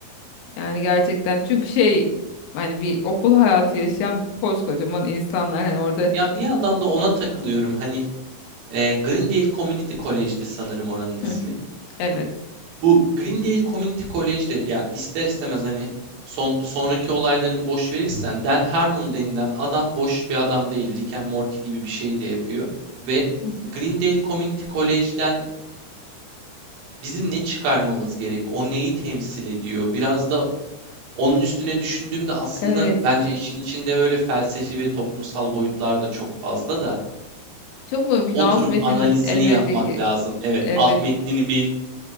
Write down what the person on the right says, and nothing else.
Ya bir yandan da ona takılıyorum. Hani e, Greendale Community College'di sanırım oranın
ismi.
Bu Greendale Community College'de ya ister istemez hani son sonraki olaylarını boş verirsen Dan Harmon denilen adam boş bir adam değil. Rick and Morty gibi bir şey de yapıyor. Ve
Greendale Community College'den bizim ne çıkarmamız gerek? O neyi temsil ediyor? Biraz da onun üstüne düşündüğümde aslında
bence işin içinde böyle felsefi ve toplumsal boyutlar da çok fazla da
oturup
analizini
yapmak
lazım. Evet,
alt metnini
bir